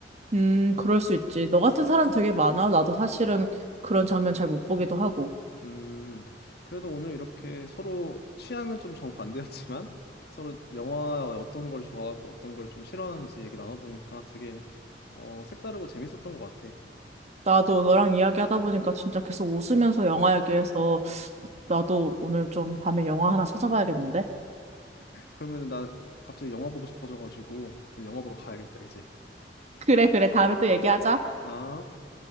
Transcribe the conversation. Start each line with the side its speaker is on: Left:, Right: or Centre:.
Right: 음, 그럴 수 있지. 너 같은 사람 되게 많아. 나도 사실은 그런 장면 잘 못 보기도 하고.
Left: 음, 그래도 오늘 이렇게 서로 취향은 좀 정반대였지만 <laughs> 서로 영화 어떤 걸 좋아하고 어떤 걸 좀 싫어하는지 얘기 나눠보니까 되게 어, 색다르고 재밌었던 것 같아.
Right: 나도 너랑 이야기하다 보니까 진짜 계속 웃으면서 영화 얘기해서 나도 오늘 좀 밤에 영화 하나 찾아봐야겠는데?
Left: 그러면 나 갑자기 영화 보고 싶어져가지고 좀 영화 보러 가야겠다, 이제.
Right: 그래, 그래. 다음에 또 얘기하자.
Left: 아.